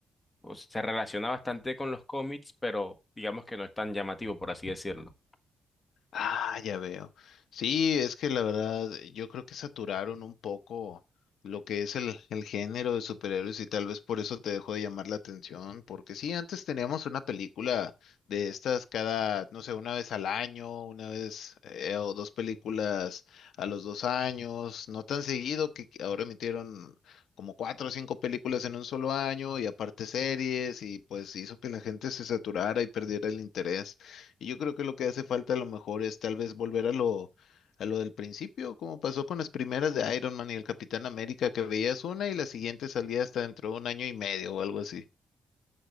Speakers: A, on the left; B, on the left.
A: O sea, se relaciona bastante con los cómics, pero digamos que no es tan llamativo, por así decirlo.
B: Ah, ya veo. Sí, es que la verdad, yo creo que saturaron un poco lo que es el, el género de superhéroes y tal vez por eso te dejó de llamar la atención, porque sí, antes teníamos una película de estas cada, no sé, una vez al año, una vez eh, o dos películas a los dos años, no tan seguido que que ahora emitieron como cuatro o cinco películas en un solo año y aparte series y pues hizo que la gente se saturara y perdiera el interés. Y yo creo que lo que hace falta a lo mejor es tal vez volver a lo, a lo del principio, como pasó con las primeras de Iron Man y el Capitán América, que veías una y la siguiente salía hasta dentro de un año y medio o algo así.